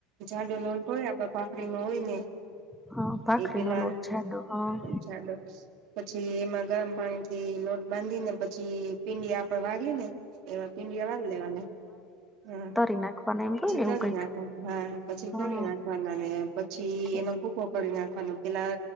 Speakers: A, on the right (about 55°); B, in the centre.
A: જાડો લોટ હોય આપ ભાખરી નો હોય ને
B: હં ભાખરીનો
A: એ પેલા
B: લોટ જાડો હં
A: જાડો પછી એમાં ગરમ પાણી થી લોટ બાંદી ને પછી પીંડીયા આપ વારિયે ને એવા પિંડિયા વાર લેવાના હં
B: તિ નાખવાના એમ હોય ને
A: તડી
B: એવું કઈક
A: નાખવા હા પછી
B: હા
A: તરી નાખવાનાને પછી
B: છે
A: એમા ભૂકો કળી નાખવાનું પેલા